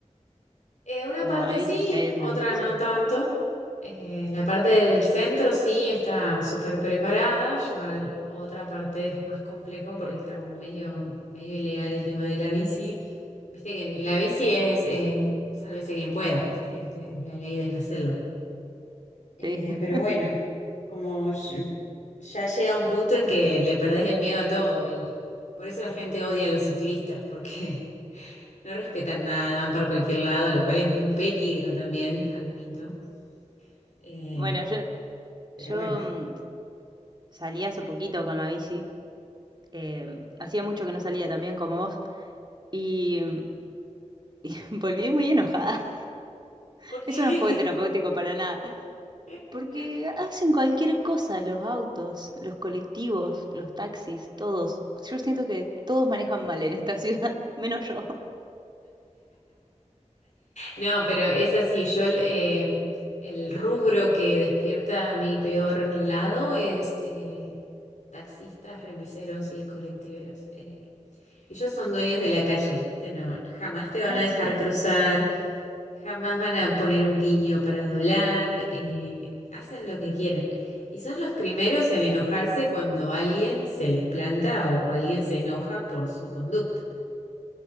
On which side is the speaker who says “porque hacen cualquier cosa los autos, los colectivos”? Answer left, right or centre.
Right